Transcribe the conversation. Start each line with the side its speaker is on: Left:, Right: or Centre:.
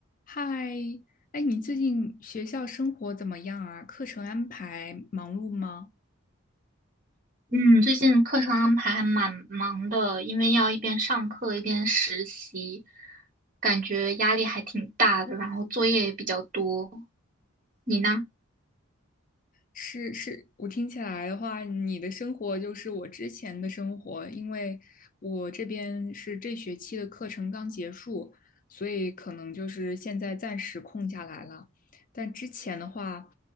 Left: 嗨，哎，你最近学校生活怎么样啊？课程安排忙碌吗？
Right: 嗯，最近课程安排还蛮忙的，因为要一边上课一边实习，感觉压力还挺大的，然后作业也比较多。你呢？
Left: 是是，我听起来的话，你的生活就是我之前的生活，因为我这边是这学期的课程刚结束，所以可能就是现在暂时空下来了。但之前的话，